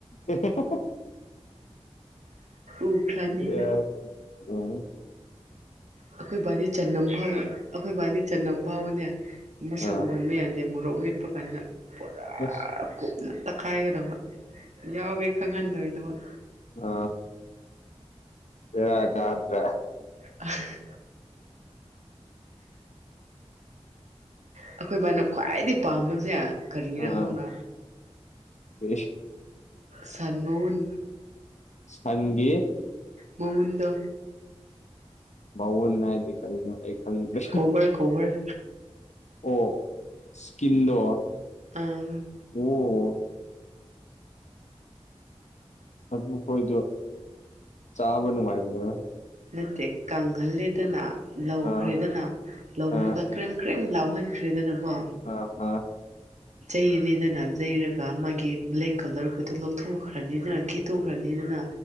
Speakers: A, on the left; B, on the right.
A: ꯑꯦꯁ <inaudible>
B: ꯎꯈ꯭ꯔꯅꯤꯅ
A: ꯌꯥ ꯎ <inaudible>
B: ꯑꯩꯈꯣꯏ ꯕꯥꯗꯤ ꯆꯅꯝ ꯐꯥꯎ ꯑꯩꯈꯣꯏ ꯕꯥꯏꯗꯤ ꯆꯅꯝ ꯐꯥꯎꯕꯅꯦ ꯃꯁꯛ
A: ꯑꯥ
B: ꯎꯍꯟꯕ ꯌꯥꯗꯦ ꯃꯣꯔꯣꯛ ꯃꯤꯠꯄ ꯀꯥꯟꯗ ꯄꯨꯔꯥ
A: ꯑꯁ
B: ꯀꯨꯞ ꯅ ꯇꯛꯈꯥꯏꯒꯗꯕ ꯌꯥꯎꯋꯦ ꯈꯪꯍꯟꯗꯩꯗꯃꯛ
A: ꯑ ꯂꯩꯔꯒꯗ꯭ꯔ
B: ꯑ <inaudible> ꯑꯩꯈꯣꯏ ꯏꯕꯥꯅ ꯈ꯭ꯋꯥꯏꯗꯒꯤꯩ ꯄꯥꯝꯕꯁꯦ ꯀꯔꯤꯅ
A: ꯑꯥ
B: ꯈꯪꯕ꯭ꯔꯥ
A: ꯏꯁ
B: ꯁꯥꯟ ꯃꯎꯟ
A: ꯁꯟꯒꯤ
B: ꯃꯎꯟꯗ
A: ꯥꯎꯋꯟꯅꯥꯗꯤ ꯀꯅ ꯑꯩ ꯈꯪꯖ
B: ꯀꯣꯕꯔ ꯀꯣꯕꯔ
A: ꯑꯣ ꯏꯁꯀꯤꯟꯗꯣ
B: ꯑꯥ
A: ꯑꯣ ꯑꯗꯨꯈꯣꯏꯗꯣ ꯆꯥꯕ ꯅꯨꯡꯉꯥꯏꯕꯅꯦꯕ
B: ꯅꯠꯇꯦ ꯀꯪꯍꯜꯂꯦꯗꯅ ꯂꯧꯈ꯭ꯔꯦꯗꯅ
A: ꯑꯥ
B: ꯂꯧꯔꯒ
A: ꯑꯥ
B: ꯀꯔꯤꯦꯝꯝ ꯀꯔꯤꯦꯝꯝ ꯂꯥꯎꯍꯟꯈ꯭ꯔꯦꯗꯅꯀꯣ
A: ꯑꯥ ꯑꯥ
B: ꯌꯩꯔꯦꯗꯅ ꯌꯩꯔꯒ ꯃꯥꯒꯤ ꯕ꯭ꯂꯦꯛ ꯀꯂꯔꯒꯗꯨꯣ ꯂꯧꯊꯣꯛꯈ꯭ꯔꯅꯤꯗꯅ ꯈꯦꯠꯇꯣꯛꯈ꯭ꯔꯅꯤ ꯑꯗꯨꯅ